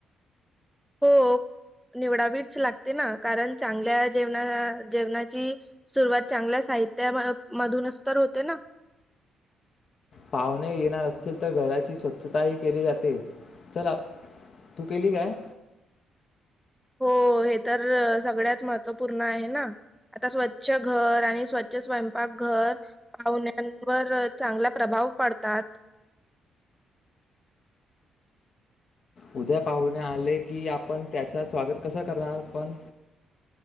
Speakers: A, in the centre; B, on the left.
A: हो निवडावीच लागते ना कारण चांगल्या जेवणा जेवणाची सुरुवात चांगल्या साहित्या मधूनच तर होते ना
B: पाहुणे येणार असतील तर घराची स्वच्छताही केली जाते चला तू केली काय
A: हो हे तर सगळ्यात महत्त्वपूर्ण आहे ना आता स्वच्छ घर आणि स्वच्छ स्वयंपाकघर पाहुण्यांवर चांगला प्रभाव पडतात
B: उद्या पाहुणे आले की आपण त्याच स्वागत कसं करणार पण